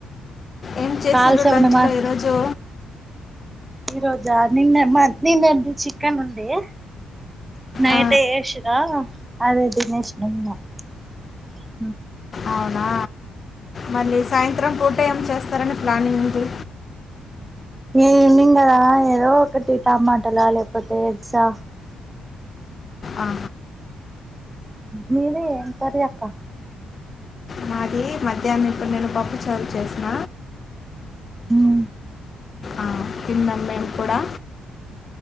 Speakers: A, on the left; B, on the right.
A: ఏం చేసిర్రు
B: కాలు సెవనమా
A: లంచ్లో
B: <unintelligible>
A: ఈరోజు
B: ఈ రోజా నిన్న మ నిన్నెదు చికన్ ఉందిడి నైట్
A: ఆ,
B: ఏసినా అదేదినేసి నమ్ంద <unintelligible>
A: అవునా మళ్ళీ సాయంత్రం పూట ఏం చేస్తారని ప్లానింగ్ ఉంది
B: ఏమింగ ఏదో ఒకటి టమాటలా లేకపోతే ఎగ్జా
A: ఆ
B: మీది ఏం కర్రీ అక్క.
A: నాది మధ్యాహ్నం ఇప్పుడు నేను పప్పు చారు చేసిన
B: మ్
A: ఆ కింద మేము కూడా